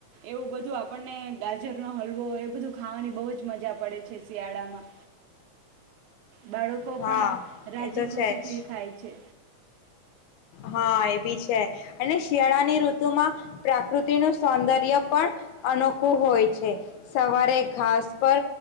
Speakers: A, on the right; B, on the left.
A: એવું બધું આપણને ગાજરનો હલવો એ બધું ખાવાની બહુ જ. મજા પડે છે શિયાળામાં. બાળકો
B: હા
A: પણ રાજી
B: એ તો
A: ખુશીથી
B: છે જ
A: ખાય છે.
B: હા એ બી છે અને શિયાળાની ઋતુમાં પ્રકૃતિનું સૌંદર્ય પણ અનોખું હોય છે સવારે ઘાસ પર